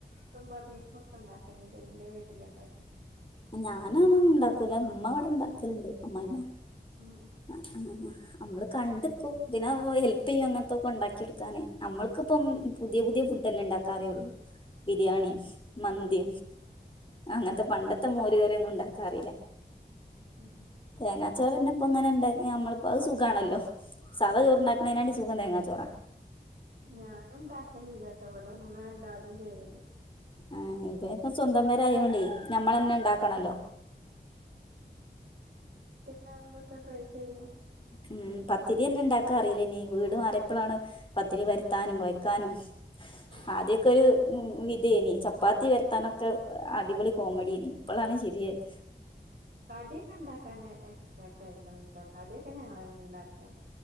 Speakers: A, on the right; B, on the left.
A: ട്ടുംമ്പതിക്കൊക്കെ ണ്ടാക്കൽണ്ട് ഇന്റെ വീട്ടിലൊക്കെട്ടോ
B: ഞാനും ഒന്നും ഉണ്ടാക്കൂല ഇമ്മ ഇവടെ ഇണ്ടാക്കല്ണ്ട് അമ്മായിമ്മ
A: ആഹ് അഹ്
B: അഹ് ആഹ് അമ്മള് കണ്ട്ക്കും പിന്നെ മ് പോയി ഹെല്പ്യ്യാ അങ്ങൻത്തൊക്കെ ഉണ്ടാക്കിടുക്കാനെ നമ്മക്ക്‌പ്പം പുതിയ പുതിയ ഫുഡ്ല്ലെ ഉണ്ടാക്കാറ്യള്ളൂ ബിരിയാണി മന്തി അങ്ങത്തെ പണ്ടത്തെ മോര് കറിയൊന്നും ഉണ്ടാക്കാ അറില്ല
A: ആഹ്
B: തേങ്ങാച്ചോറ്ന്നെ ഇപ്പൊങ്ങനെ ഉണ്ടാങ്കി നമ്മളിപ്പോ അത് സുഖാണല്ലോ സാദാ ചോറുണ്ടാക്കണേനാറ്റിലും സുഖം തേങ്ങാ ചോറ
A: ഞാനും ഉണ്ടാക്കലില്ലട്ടോ ഇവടമ്മ എല്ലാതും ചെയ്യല്
B: ആഹ് ങ്ങിതെ പ്പ സ്വന്തം പേരായോണ്ടേ നമ്മളന്നെ ഉണ്ടാക്കണല്ലോ
A: നമ്പൊക്കെ ട്രൈ ചെയ്യൂ
B: ഉം പത്തിരിയന്നെ ണ്ടാക്കാ അറില്ലേഞ്ഞി വീടു മാറിയപ്പളാണ് പത്തിരി പെര്ത്താനും കൊയ്ക്കാനും
A: ആഹ്
B: ആദ്യക്കെ ഒരു ഉം ഇതേനി ചപ്പാത്തി വരുത്താനൊക്കെ അടിപൊളി കോമഡിയേനി ഇപ്പളാണ് ശരിയായത്
A: കടിക്കെ ഇണ്ടാക്കാൻ എക്സ്പേർട്ട ആയിക്ക്‌ണ് അഹ് കടിക്കെ ഞങ്ങള്ന്നെ ഉണ്ടാക്കാ